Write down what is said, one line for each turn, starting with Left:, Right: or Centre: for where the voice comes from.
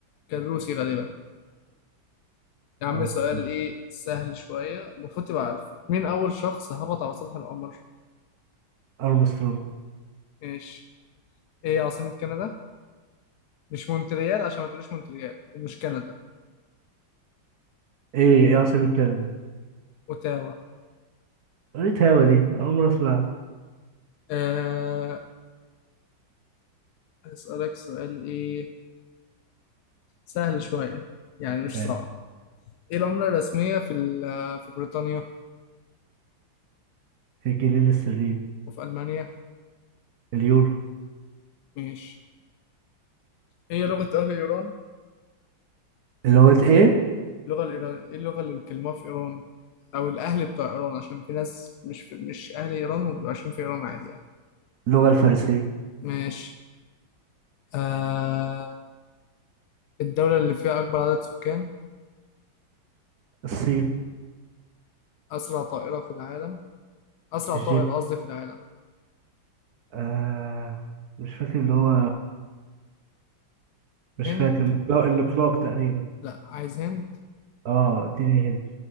Left: كان روسي غالبا يا عم
Right: ما اعتقدش
Left: سؤال ايه سهل شوية المفروض تبقى عارف مين أول شخص هبط على سطح القمر؟
Right: ارمسترونج
Left: ماشي ايه عاصمة كندا مش مونتريال عشان ما تقوليش مونتريال ومش كندا
Right: ايه ايه عاصمة كندا؟
Left: اوتاوا
Right: قريت هوا دي أنا اول مرة اسمعها
Left: أه هسألك سؤال ايه سهل شوية يعني مش
Right: ماشي
Left: صعب ايه العملة الرسمية في ال- في بريطانيا
Right: الجنيه الاسترليني
Left: وفي ألمانيا
Right: اليورو
Left: ماشي ايه لغة أهل إيران
Right: اللغة ايه؟
Left: اللغة الإيران ايه اللغة اللي بيتكلموها في إيران أو الأهل بتوع إيران عشان في ناس مش في... مش أهل إيران وبيبقوا عايشين في إيران عادي يعني
Right: اللغة الفارسية
Left: ماشي أه الدولة اللي فيها أكبر عدد سكان
Right: الصين
Left: أسرع طائرة في العالم أسرع
Right: الجيت
Left: طائر قصدي في العالم
Right: آه مش فاكر اللي هو مش
Left: هند
Right: فاكر النقلاق النقلاق تقريبا
Left: لا عايز هند
Right: اه اديني هند